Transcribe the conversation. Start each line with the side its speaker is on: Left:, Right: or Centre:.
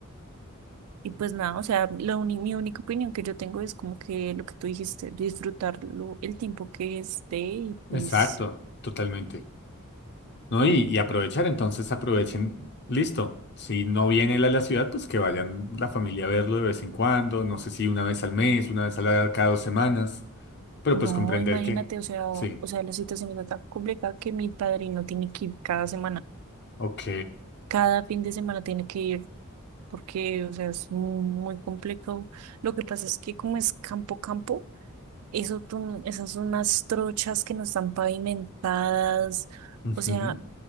Right: y pues nada, o sea, la uni- mi única opinión que yo tengo es como que lo que tú dijiste, disfrutarlo el tiempo que esté y
Left: exacto,
Right: pues
Left: totalmente. ¿No? Y, y aprovechar, entonces aprovechen, listo. Si no viene él a la ciudad, pues que vayan la familia a verlo de vez en cuando, no sé si una vez al mes, una vez a la, cada dos semanas, pero
Right: no,
Left: pues comprender
Right: imagínate,
Left: que,
Right: o sea, o
Left: sí,
Right: sea, la situación está tan complicada que mi padrino tiene que ir cada semana,
Left: ok.
Right: cada fin de semana tiene que ir porque, o sea, es muy, muy complejo. Lo que pasa es que como es campo, campo, eso, tú- esas son unas trochas que no están pavimentadas,
Left: Ujú,
Right: o sea,